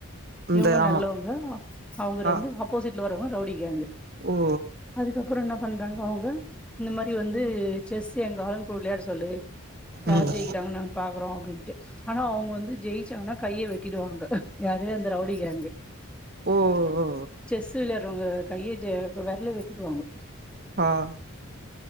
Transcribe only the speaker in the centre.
இவங்க
நல்லவங்க அவங்க
வந்து ஆப்போசிட்ல வரவங்க ரவுடி கேங்
அதுக்கப்புறம் என்ன பண்றாங்க அவங்க இந்த மாரி வந்து ந்து செஸ் எங்க ஆளுங்கூட விளையாட சொல்லு யார்
ஜெயிக்கிறாங்க நாங்க பாக்கறோம் ஆனா அவங்க வ வந்து ஜெயிச்சாங்னா கையை வெட்டு வெட்டிடுவாங்க யாருஅந்த ரவுடி கேங்
செஸ் விளையா ங்க கை வெரல வெட்டிடுவாங்க